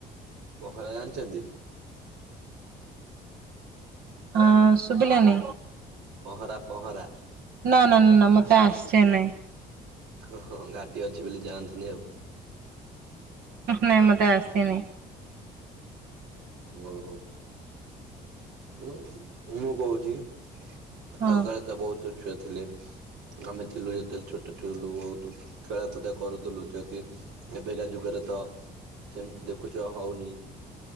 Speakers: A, on the right; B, on the right.
A: ପହଁରା ଜାଣଛନ୍ତି?
B: ହଁ ଶୁଭିଲାନି।
A: ପହଁରା ପହଁରା।
B: ନା-ନା-ନା-ନା ମତେ ଆସେ ନାଇଁ।
A: ଓହୋ ଘାଟି ଅଛି ବୋଲି ଯାଆନ୍ତିନି ଆଉ।
B: ନାଇଁ ମତେ ଆସେନି।
A: <unintelligible> ହଉ। <unintelligible> ମୁଁ କହୁଚି। ଆଗକାଳରେ
B: ହଁ
A: ତ ବହୁତ ଛୁଆ ଥିଲେ ଆମେ ଥିଲୁ ଯେତେବେଳେ ଛୋଟ ଥିଲୁ, ବହୁତୁ ଛୁଆ ଖେଳ କୁଦା କରୁଥିଲୁ ଯା କି ଏବେକା ଯୁଗରେ ତ ସେମତି ଦେଖୁଛ ହଉନି